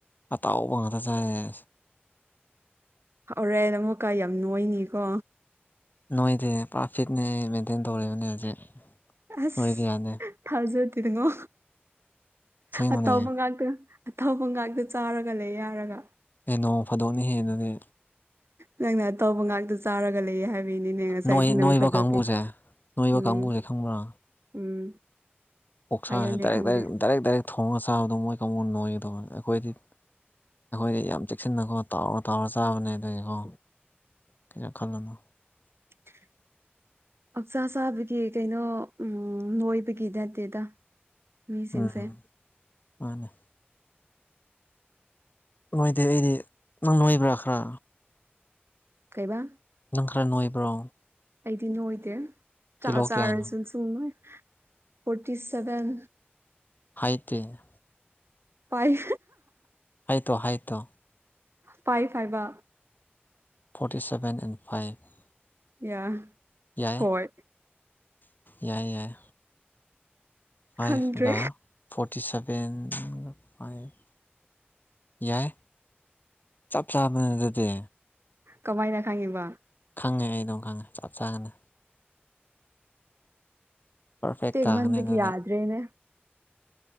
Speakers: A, on the left; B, on the right.
A: ꯑꯇꯥꯎꯕꯉꯗ ꯆꯥꯏꯌꯦ
B: ꯍꯧꯎꯔꯦꯟ ꯑꯃꯨꯀꯥ ꯌꯥꯝ ꯅꯣꯏꯅꯤꯀꯣ
A: ꯅꯣꯏꯗꯤ ꯇ꯭ꯔꯥꯐꯤꯛꯅꯦ ꯃꯦꯟꯇꯦꯟ ꯇꯧꯔꯤꯕꯅꯦ ꯍꯧꯖꯤꯛ
B: ꯑꯁ
A: ꯅꯣꯏꯕ ꯌꯥꯗꯦ
B: ꯊꯥꯖꯗꯦ ꯉꯣ
A: ꯑꯁꯦꯡꯕꯅꯦ
B: ꯑꯇꯥꯎꯕ ꯉꯥꯛꯇ ꯑꯊꯧꯕꯒꯥꯛꯇ ꯆꯥꯔꯒ ꯂꯩ ꯌꯥꯔꯒ
A: ꯑꯦ ꯅꯣꯡ ꯐꯥꯗꯣꯛꯅ ꯍꯦꯟꯅꯅꯦ
B: ꯅꯪꯅ ꯑ ꯇꯧꯕ ꯉꯥꯛꯇ ꯆꯥꯔꯒ ꯂꯩꯌꯦ ꯍꯥꯏꯕ ꯅꯤꯅꯦ ꯉꯁꯥꯏꯗꯤ
A: ꯅꯣꯏ
B: ꯅꯪ
A: ꯅꯣꯏꯕ
B: ꯐꯗꯣꯛꯀꯦ
A: ꯀꯥꯡꯕꯨꯁꯦ ꯅꯣꯏꯕ
B: ꯎꯝ
A: ꯀꯥꯡꯕꯨꯁꯦ ꯈꯪꯕ꯭ꯔꯥ
B: ꯎꯝ
A: ꯑꯣꯛꯁꯥꯁꯦ
B: ꯍꯥꯏꯌꯣꯅꯦ
A: ꯗꯥꯏꯔꯦꯛ
B: ꯈꯪꯗꯦ
A: ꯗꯥꯔꯦꯛ ꯗꯥꯏꯔꯦꯛ ꯗꯥꯏꯔꯦꯛ ꯊꯣꯡꯉꯒ ꯆꯥꯕꯗꯣ ꯃꯣꯏ ꯀꯕꯨꯅ ꯅꯣꯏꯒꯗꯧꯕꯅꯤ ꯑꯩꯈꯣꯏꯗꯤ ꯑꯩꯈꯣꯏ ꯌꯥꯝ ꯆꯦꯛꯁꯤꯟꯅꯀꯣ ꯇꯥꯎꯔ ꯇꯥꯎꯔ ꯆꯥꯕꯅꯦ ꯑꯗꯨꯒꯤꯀꯣ ꯀꯩꯩꯅ ꯈꯜꯅꯣ
B: <unintelligible> ꯍꯛꯆꯥ ꯆꯥꯕꯒꯤ ꯀꯩꯅꯣ ꯅꯣꯏꯕꯒꯤ ꯅꯠꯇꯦꯗ ꯃꯤꯁꯤꯡꯁꯦ
A: ꯎꯝ ꯃꯥꯅꯦ ꯉꯣꯏꯗꯦ ꯑꯩꯗꯤ ꯅꯪ ꯅꯣꯏꯕ꯭ꯔꯥ ꯈꯔ
B: ꯀꯩꯕ
A: ꯈꯪ ꯈꯔꯥ ꯅꯣꯏꯕ꯭ꯔꯣ
B: ꯑꯩꯗꯤ ꯅꯣꯏꯗꯦ ꯆꯥ
A: ꯀꯤꯂꯣ
B: ꯆꯥꯔꯁꯨ
A: ꯀꯌꯥꯅꯣ
B: ꯁꯨꯡ ꯅꯣꯏ ꯐꯣꯔꯇꯤ ꯁꯚꯦꯟ
A: ꯍꯥꯏꯇ꯭ꯔꯔꯤ
B: ꯄꯥꯏ
A: ꯍꯥꯏ ꯇꯣ ꯍꯥꯏ ꯇꯣ
B: ꯐꯥꯏ ꯐꯥꯏꯕ
A: ꯐꯣꯔꯇꯤ ꯁꯚꯦꯟ ꯑꯦꯟ ꯐꯥꯏꯚ
B: ꯌꯥ
A: ꯌꯥꯏ
B: ꯍꯣꯏ
A: ꯌꯥꯏ ꯌꯥꯏ ꯐꯥꯏꯚꯒ
B: ꯈꯪꯗ꯭ꯔꯦ
A: ꯐꯣꯔꯇꯤ ꯁꯚꯦꯟꯒ ꯐꯥꯏꯚ ꯌꯥꯏ ꯆꯞ ꯆꯥ ꯃꯖꯗꯤ
B: ꯀꯃꯥꯏꯅ ꯈꯪꯉꯤꯕ
A: ꯈꯪꯉꯦ ꯑꯩ ꯑꯗꯨꯝ ꯈꯪꯉꯦ ꯆꯞ ꯆꯥꯒꯅ ꯄꯔꯐꯦꯛ
B: ꯇꯦꯟꯃꯟꯕꯒꯤ
A: ꯂꯥꯍꯅꯦ ꯅꯅꯦ
B: ꯌꯥꯗ꯭ꯔꯦꯅꯦ